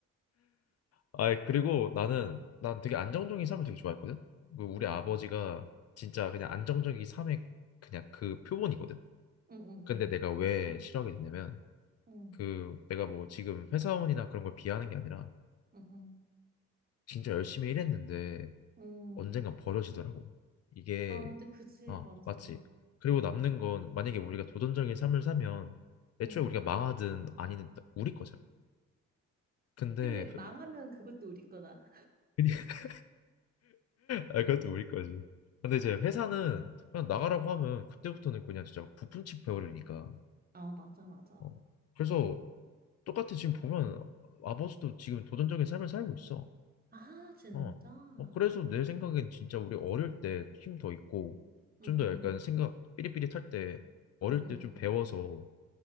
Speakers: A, on the left (about 55°); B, on the right (about 30°).
A: 아, 그리고 나는 난 되게 안정적인 삶을 되게 좋아했거든. 그 우리
B: 응,
A: 아버지가
B: 응,
A: 진짜 그냥 안정적인 삶의 그냥 그 표본이거든.
B: 응, 응,
A: 근데 내가 왜 싫어하게 됐냐면
B: 응,
A: 그 내가 뭐 지금 회사원이나 그런 걸 비하하는 게 아니라
B: 응, 응, 응.
A: 진짜 열심히 일했는데
B: 응.
A: 언젠간 버려지더라고. 이게
B: 아, 근데 그치,
A: 아
B: 맞아.
A: 맞지. 그리고 남는 건 만약에 우리가 도전적인 삶을 사면 애초에
B: 응.
A: 우리가 망하든 아니든 다 우리 거잖아. 근데
B: 근데 망하면 그것도 우리 거다.
A: <laughs> 아 그것도 우리 거지. 근데 이제 회사는 그냥 나가라고 하면 그때부터는 그냥 진짜 부품치 배우려니까.
B: 아, 맞아, 맞아.
A: 어. 그래서 똑같이 지금 보면 아버지도 지금 도전적인 삶을 살고 있어.
B: 아, 진짜?
A: 어, 어, 그래서 내 생각엔 진짜 우리 어릴 때 힘 더 있고
B: 응응.
A: 좀 더 약간 생각 삐릿삐릿할 때 어릴
B: 응응.
A: 때 좀 배워서